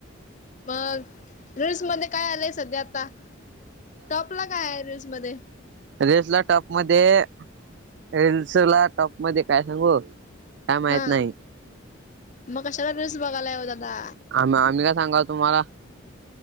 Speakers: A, on the left (about 35°); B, on the right (about 55°).
A: मग रीलस मध्ये काय आलंय सध्या आता टॉपला काय आहे रीलल्स मध्ये?
B: रेल्स ला टॉप मध्ये रेल्सला टप मध्ये काय सांगू काय माहित
A: हा
B: नाही.
A: मग कशाला रिल्स बघालाय ओ दादा.
B: आम आम्ही का सांगाव तुम्हाला,